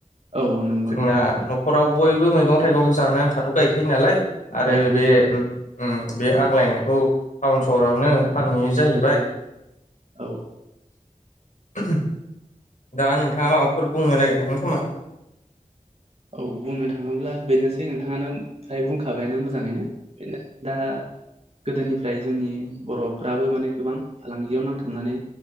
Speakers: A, on the right (about 45°); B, on the left (about 65°).
A: औ नंगौ
B: जोंना
A: नोंथां नंगौ
B: न'खराव बय बो मैगं थाइगं जानो आन्थाथ' गायखायो नालाय आरो
A: गायखायो
B: बे
A: औ
B: ओम ओम। बे आग्लायनायखौ टाउन सहरावनो फानहैयो जाहैबाय।
A: औ
B: <inaudible> <unintelligible> दा नोंथाङा माबाफोर बुंनो नागिरदोंमोन खोमा?
A: औ बुंनो थाङोब्ला बेनोसै नोंथाङानो फ्राय बुंखाबायानो मोजाङैनो बेनो दा गोदोनिफ्राय जोंनि बर'फ्राबो माने गोबां फालांगियाव नांथाबनानै